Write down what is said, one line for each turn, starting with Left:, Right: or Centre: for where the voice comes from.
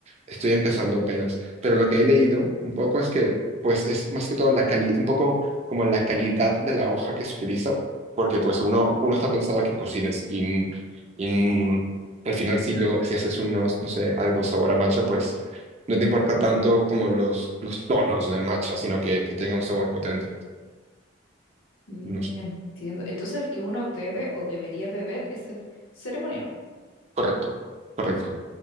Right: estoy empezando apenas, pero lo que he leído un poco es que pues es más que todo la cali un poco como la calidad de la hoja que se utiliza, porque pues uno, uno está pensado a que cocines y, y al final si, lo, si haces unos, no sé, algo sabor a matcha, pues no te importa tanto como los, los tonos del matcha, sino que, que tenga un sabor potente.
Left: Mm,
Right: No sé.
Left: entiendo. Entonces el que uno bebe o debería beber es el ceremonial.
Right: Correcto, correcto.